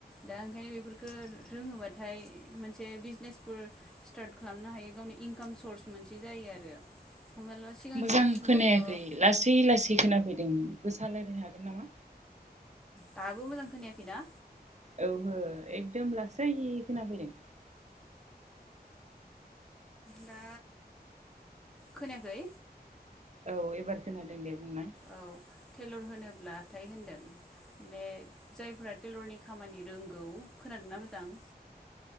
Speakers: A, in the centre; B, on the right.
A: दा ओंखायनो बेफोरफोरखौ रोङोबाथाय मोनसे बिजनेसफोर स्टार्ट खालामनो हायो गावनि इनकाम सर्स मोनसे जायो आरो हमनाला सिगांनि
B: मोजां
A: समावथ'
B: खोनायाखै लासै लासै खोनाफैदों गोसा रायलायनो हागोन नामा?
A: दाबो मोजां खोनायाखैना?
B: औहो एकदम लासै खोना फैदों
A: दा खोनायाखै
B: औ एबार खोनादों दे बुंनाय
A: औ टेलर होनोब्लाथाय होनदों माने जायफोरा टेलरनि खामानि रोंगौ खोनादोंना मोजां